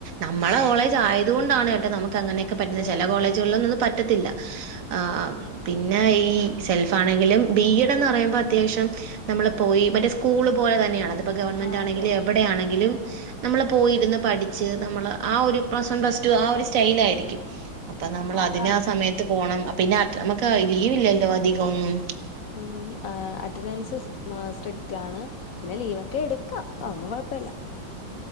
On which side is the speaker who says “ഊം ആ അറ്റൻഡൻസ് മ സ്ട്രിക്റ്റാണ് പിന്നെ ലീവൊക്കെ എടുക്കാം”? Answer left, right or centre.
Left